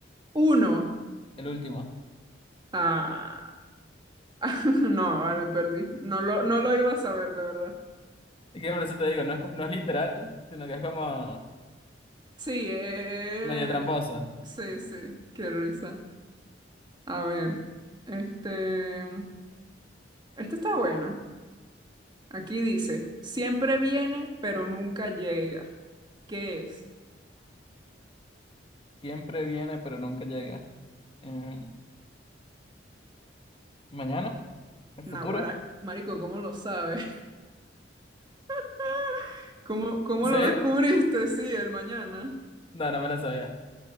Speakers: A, on the right; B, on the left.
A: Uno.
B: el último.
A: Ah, <laughs> no, vale, perdí. No lo, no lo iba a saber, de verdad.
B: Y que por eso te digo, no es, co- no es literal, sino que es como
A: Sí, eh,
B: medio tramposo.
A: sí, sí, qué risa. A ver, este... Esta está buena. Aquí dice, siempre viene, pero nunca llega. ¿Qué es?
B: Siempre viene, pero nunca llega. Eh, mañana, el
A: Naguará,
B: futuro.
A: marico, ¿cómo lo sabes? <laughs> ¿Cómo, cómo
B: ¿Sí?
A: lo descubriste? Sí, el mañana.
B: No, no me la sabía.